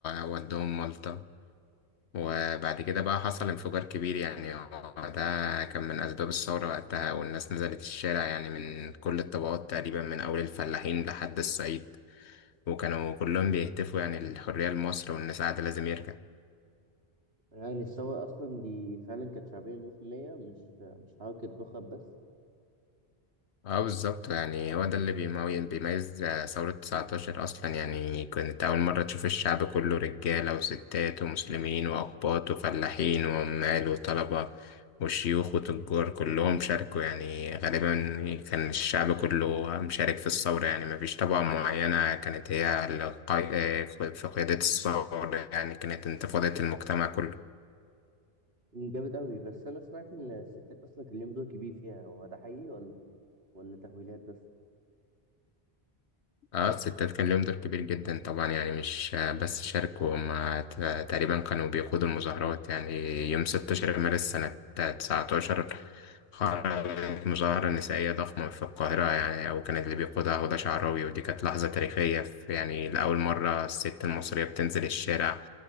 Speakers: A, on the left; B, on the right.
A: ودوهم مالطا وبعد كده بقى حصل انفجار كبير يعني هو ده كان من أسباب الثورة وقتها والناس نزلت الشارع يعني من كل الطبقات تقريبا من أول الفلاحين لحد الصعيد وكانوا كلهم بيهتفوا يعني الحرية لمصر وإن سعد لازم يرجع
B: يعني الثورة أصلا دي فعلا كانت شعبية مية في المية مش مش حركة نخب بس
A: اه بالظبط يعني هو ده اللي بيمي- بيميز ثورة 19 أصلا يعني كانت أول مرة تشوف الشعب كله رجالة وستات ومسلمين وأقباط وفلاحين وعمال وطلبة وشيوخ وتجار كلهم شاركوا يعني غالبا كان الشعب كله مشارك في الثورة يعني مفيش طبقة معينة كانت هي القا- في قيادة الثورة يعني كانت انتفاضة المجتمع كله
B: جامد أوي بس أنا سمعت إن الستات أصلا كان ليهم دور كبير فيها هو ده حقيقي ولا ولا تهويلات بس؟
A: اه الستات كان لهم دور كبير جدا طبعا يعني مش آه، بس شاركوا هم ت- تقريبا كانوا بيقودوا المظاهرات يعني يوم 16 مارس سنة 19 خرجت مظاهرة نسائية ضخمة في القاهرة يعني وكانت اللي بيقودها هدى شعراوي ودي كانت لحظة تاريخية في يعني لأول مرة الست المصرية بتنزل الشارع